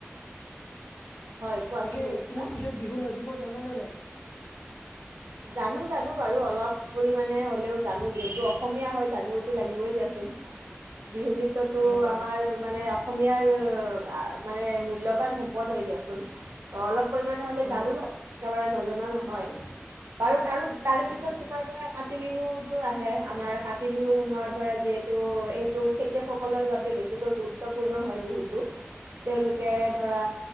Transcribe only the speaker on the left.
তাকে
তুমি পিছে বিহু নাচিব জানানে নাই?
অ
অ
আচ্ছা